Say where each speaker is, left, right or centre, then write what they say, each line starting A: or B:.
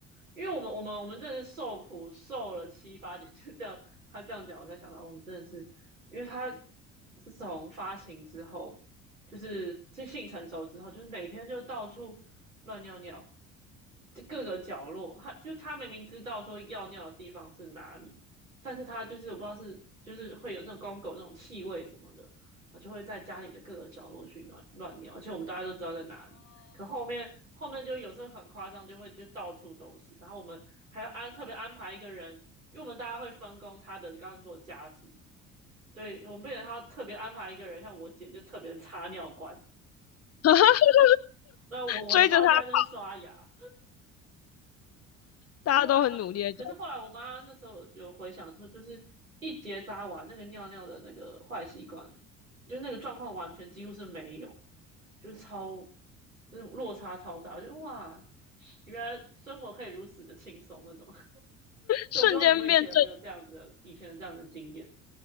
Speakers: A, on the right; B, on the left.
A: 因为我们我们我们真的是受苦受了七八年，就这样。他这样讲，我才想到我们真的是，因为他自从发情之后，就是这性成熟之后，就是每天就到处乱尿尿，就各个角落。他就他明明知道说要尿的地方是哪里，但是他就是我不知道是就是会有那种公狗那种气味什么的，他就会在家里的各个角落去乱乱尿，而且我们大家都知道在哪里。可后面后面就有时候很夸张，就会就到处都是。然后我们还要安特别安排一个人，因为我们大家会分工他的刚刚做家事，对我们变成他特别安排一个人，像我姐就特别擦尿罐。
B: <laughs>
A: 那我我的话现在就是刷牙，
B: 追着它跑，大家都很努力的追，
A: 对啊，然后可是后来我妈那时候有回想说，就是一结扎完那个尿尿的那个坏习惯，就是那个状况完全几乎是没有，就是超，就是落差超大，就哇，原来生活可以如此的轻松那种。所以我不知道你们以前有没有这样子的，
B: 瞬间变正。
A: 以前的这样的经验。